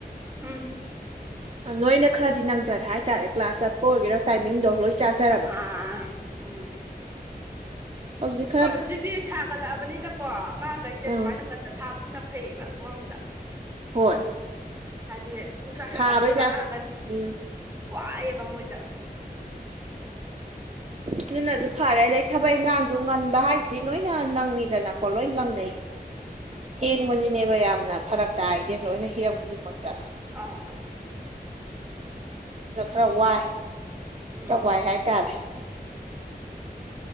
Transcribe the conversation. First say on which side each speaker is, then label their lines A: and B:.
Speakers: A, on the right; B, on the right.
A: ꯎꯝ
B: ꯅꯣꯏꯅ ꯈꯔꯗꯤ ꯅꯪꯖꯔꯦ ꯍꯥꯏꯇꯥꯔꯦ ꯀ꯭ꯂꯥꯁ ꯆꯠꯄ ꯑꯣꯏꯒꯦꯔꯥ ꯇꯥꯏꯃꯤꯡꯗꯣ ꯂꯣꯏ ꯆꯥꯖꯔꯕ
A: ꯑꯥ ꯎꯝ
B: ꯍꯧꯖꯤꯛ
A: ꯍꯣꯏ ꯍꯧꯖꯤꯛꯇꯤ ꯁꯥꯒꯠꯂꯛꯑꯕꯅꯤꯅꯀꯣ ꯑꯉꯥꯡꯈꯩꯁꯦ
B: ꯑꯥ
A: ꯁꯨꯃꯥꯏꯅ ꯉꯟꯗ ꯊꯥꯕꯁꯤꯅ ꯐꯩꯌꯦꯕ ꯃꯔꯣꯝꯗ꯫
B: ꯍꯣꯏ
A: ꯍꯥꯏꯗꯤ ꯅꯨꯡꯁꯥ
B: ꯁꯥꯕꯩ
A: ꯁꯥꯒꯠꯂꯛꯄꯗ
B: ꯆꯥꯡ
A: ꯑꯉꯥꯡ ꯈꯩ꯫
B: ꯎꯝ
A: ꯋꯥꯏꯑꯦꯕ ꯃꯣꯏꯗ꯫
B: ꯑꯗꯨꯅꯁꯨ ꯐꯔꯦ ꯑꯗꯩ ꯊꯕꯛ ꯏꯪꯈꯥꯡꯁꯨ ꯉꯟꯕ ꯍꯥꯏꯁꯤꯗꯤ ꯂꯣꯏꯅ ꯅꯪꯉꯤꯗꯅꯀꯣ ꯂꯣꯏ ꯂꯪꯅꯩ꯫ ꯊꯦꯡꯕꯁꯤꯅꯦꯕ
A: ꯎꯝ
B: ꯌꯥꯝꯅ꯫ ꯐꯔꯛꯛꯇ ꯇꯥꯏꯁꯦ ꯂꯣꯏꯅ ꯍꯤꯔꯝ ꯈꯨꯗꯤꯡꯃꯛꯇ꯫
A: ꯑꯥ
B: ꯑꯗꯨꯅ ꯈꯔ ꯋꯥꯏ
A: ꯎꯝ
B: ꯈꯔ ꯋꯥꯏ ꯍꯥꯏꯇꯥꯔꯦ꯫